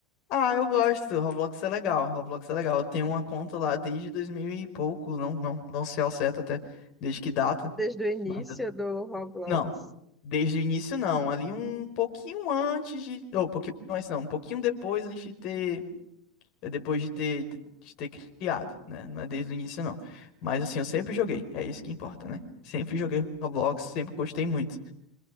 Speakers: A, on the left; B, in the centre.
A: Ah, eu gosto. Roblox é legal. Roblox é legal. Eu tenho uma conta lá desde 2000 e pouco. Não, não, não sei ao certo até desde que data.
B: Desde o início
A: Mas eu-
B: do Roblox.
A: Não. Desde o início, não. Ali um pouquinho antes de. Ou, um pouquinho antes, não. Um pouquinho depois antes de ter. é, Depois de ter, de ter criado, né? Não é desde o início, não. Mas assim, eu sempre joguei. É isso que importa, né? Sempre joguei Roblox, sempre gostei muito.